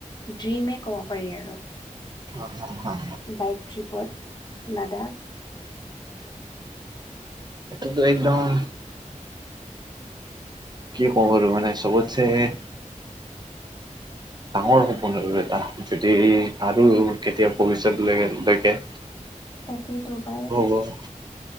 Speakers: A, on the left; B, on the right.
A: ড্ৰিমে ক'ব পাৰি আৰু
B: হয় হয় হয়
A: বাইক ট্ৰিপত লাডাখ
B: এ তো একদম কি কম বাৰু মানে চবতছে হে
A: <inaudible>
B: ডাঙৰ সপোন আৰু এটা যদি আৰু কেতিয়া ভৱিষ্যতলৈ লৈকে
A: তাকেতো পাই
B: অ